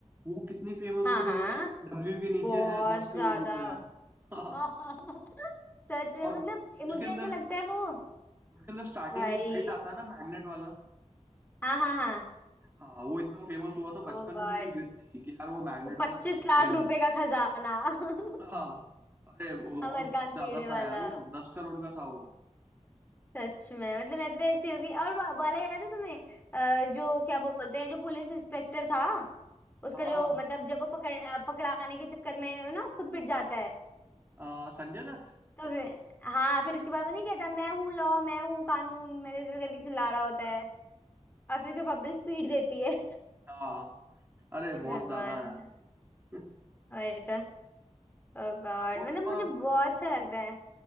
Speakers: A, on the right; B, on the left.
A: वो कितनी फेमस
B: हाँ
A: हुई
B: हाँ
A: थी मतलब डब्ल्यू के नीचे
B: बहुत
A: है दस
B: ज्यादा
A: करोड़ रुपए है हाँ
B: <laughs> सच में
A: और
B: मतलब ए, मुझे
A: उसके अंदर
B: ऐसे लगता है वो
A: उसके अंदर स्टार्टिंग
B: भाई
A: में एक बेल्ट आता है ना मैग्नेट वाला
B: हाँ हाँ हाँ
A: हाँ वो इतना फेमस हुआ तो बचपन
B: ओ गॉड
A: में मेरी जिद थी कि यार वो मैग्नेट
B: वो पच्चीस
A: वाला बेल्ट
B: लाख
A: चाहिए
B: रुपए
A: मेरे को
B: का खजाना <laughs>
A: हाँ अरे वो और बहुत
B: अमरकांत
A: ज्यादा
B: भिड़े वाला
A: था यार वो दस करोड़ का था वो
B: सच में मतलब मैं तो ऐसी होगी और वा- वाला याद है तुम्हें अ, जो क्या बोलते हैं जो पुलिस इंस्पेक्टर था उसका
A: हाँ
B: जो मतलब जब वो पकड़ अ, पकड़ाने के चक्कर में ना खुद पिट जाता है
A: अ, संजय दत्त
B: तो फिर- हाँ फिर उसके बाद वो नहीं कहता मैं हूँ लॉ मैं हूँ कानून मेरे से करके चिल्ला रहा होता है और फिर उसे पब्लिक पीट
A: <laughs>
B: देती है <laughs>
A: हाँ अरे
B: हे
A: बहुत
B: भगवान
A: ज्यादा यार <laughs>
B: वही तो ओ गॉड
A: और
B: मतलब
A: तुम्हारा
B: मुझे बहुत अच्छा लगता है